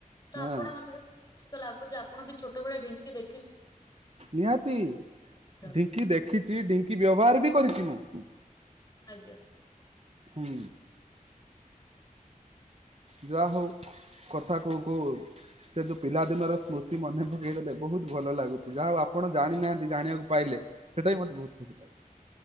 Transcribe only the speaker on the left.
ତ
ଆପଣ ମତେ ଲାଗୁ <unintelligible> ଆପଣ ବି ଛୋଟବେଳେ ଢଙ୍କି ଦେ
ଛନ୍ତି
ଆଜ୍ଞା।